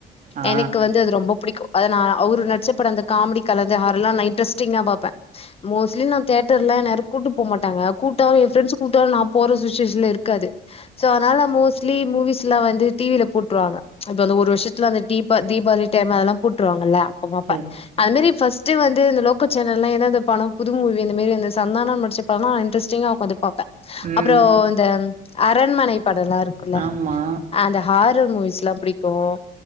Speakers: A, on the right (about 50°); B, on the left (about 35°).
A: ஆ.
B: எனக்கு வந்து அது ரொம்ப புடிக்கும் அத நான அவரு நச்சப்படங்கள் காமெடி கலந்த ஹாரெல்லாம் நா இன்ட்ரஸ்டிங்கா பாப்பேன் மோஸ்ட்லி நான் தேட்டர் ல நேர கூட்டு போ மாட் க கூட்டாலும் என் ரெண்ட்ஸ் கூட்டாலும் நான போற சுச்சுவேஷன்ல இருக்காது சோ அதனால மோஸ்ட்லி மூவிஸ்லாம் வந்து டிவில போட்டுருவாங்க இப்ப அந்த ஒரு வருஷத்துல அந்தீப தீபாவளி டைம் அதெல்லாம் போட்டுருவாங்கல்ல அப்போபாப்பேன்
A: சரி.
B: அது மரி ஃபஸ்ட் இது வந்து இந்த லோக்கல் சேனல ஏதாவது பணம் புது மூவி இந்த மரி சந்தானம் நடிச்ச நாஇன்ரஸ்டிகா ஒக்காந்ப் பாப்பே
A: ம்.
B: அப்பறம் இந்த அரண்மனை படம் எல்லாம் இருக்கும்ல்ல
A: ஆமா.
B: அந்த ஹாரர் மூவிஸ் எல்லாம் பிடிக்கும்